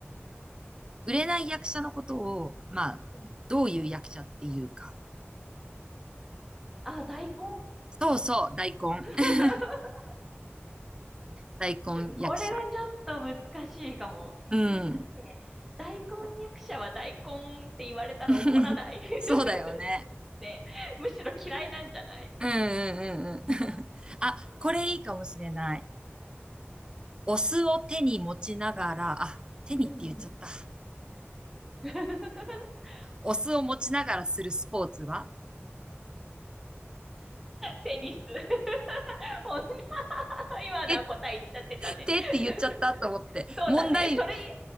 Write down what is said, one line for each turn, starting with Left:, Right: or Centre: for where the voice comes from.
Right: 売れない役者のことを、
Centre: え
Right: まあ、
Centre: うん
Right: どういう役者っていうか。
Centre: あ、大根
Right: そうそう、大根。
Centre: <laughs>
Right: <laughs> 大根役者。
Centre: これはちょっと難しいかも。えー、
Right: うん。
Centre: だって、大根役者は大根って言われたら怒らない
Right: <laughs>
Centre: <laughs>
Right: そうだよね。
Centre: ねむしろ嫌いなんじゃない
Right: うんうんうんうん。<laughs> あ、これいいかもしれない。お酢を手に持ちながら、あ、手にって言っちゃった。
Centre: うんうん。<laughs>
Right: お酢を持ちながらするスポーツは
Centre: テニス。<laughs> 女は今のは答え言っちゃってたね。
Right: えってって言っちゃったと思って。
Centre: <laughs> そうだね。
Right: 問題、
Centre: それいい、